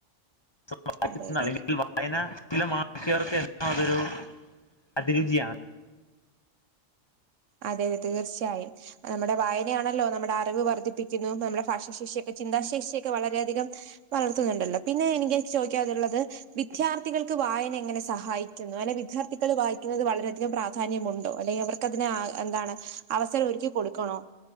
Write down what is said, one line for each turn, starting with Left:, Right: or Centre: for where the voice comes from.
Left: <unintelligible>
Right: അതെ അതെ
Left: അല്ലെങ്കിൽ <unintelligible> അയന ശീലമാക്കിയർക്ക് എന്നും അതൊരു അതിരുചിയാണ്
Right: അതെ തെ തീർച്ചയും നമ്മുടെ വായനയാണല്ലോ നമ്മുടെ അറിവ് വർദ്ധിപ്പിക്കുന്നു നമ്മുടെ ഭാഷാശേഷിഓക്കെ ചിന്താശേഷിഓക്കെ വളരെയധികം വളർത്തുന്നുണ്ടല്ലോ പിന്നെ എനിക്ക് ചോയിക്കാഉള്ളത് വിദ്യാർത്ഥികൾക്ക് വായന എങ്ങനെ സഹായിക്കുന്നു അല്ലെ വിദ്യാർത്ഥികൾ വായിക്കുന്നത് വളരെയധികം പ്രാ ധാന്യമുണ്ടോ അല്ലെങ്കിൽ അവർക്കതിനെ ആ എന്താണ് അവസരം ഒരുക്കി കൊടുക്കണോ